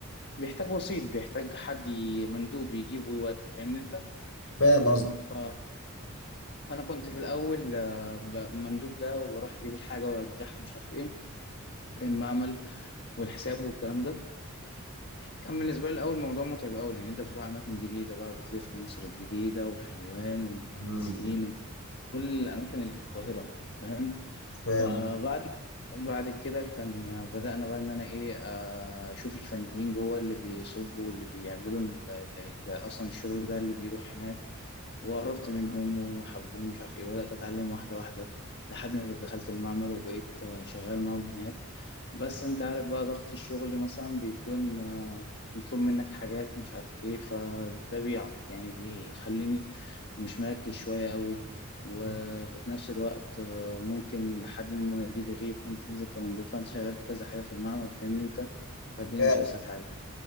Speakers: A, on the left; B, on the left.
A: بيحتاج وسيط بيحتاج حد ي- مندوب يجيب ويودي فاهمني انت
B: فاهم قصدك
A: ف... فانا كنت في الاول آه، ب- مندوب ده وبروح اجيب الحاجه وارجعها مش عارف ايه المعمل والحساب والكلام ده كان بالنسبة لي الأول موضوع متعب أوي لأن أنت بتروح أماكن جديدة بقى بتلف مصر الجديدة وحلوان والمهندسين
B: مم.
A: وكل الأماكن اللي في القاهرة فاهم
B: فاهم
A: فبعد بعد كده كان بدأنا بقى إن أنا إيه آه، أشوف الفنيين جوه اللي بيصبوا واللي بيعملوا ال- ال- ال- أصلا الشغل ده اللي بيروح هناك وقربت منهم وهم حبوني مش عارف ايه بدأت اتعلم واحدة واحدة لحد ما دخلت المعمل وبقيت آه، شغال معاهم هناك بس انت عارف بقى ضغط الشغل مثلا بيكون آه، مطلوب منك حاجات مش عارف ايه فده بيعط يعني بيخليني مش مركز شوية قوي وفي
B: مم.
A: نفس الوقت آه، ممكن حد من المناديب يغيب فانت تنزل كمندوب فانت شغال كذا حاجة في المعمل فاهمني انت فالدنيا
B: فاهم
A: مش اسهل حاجة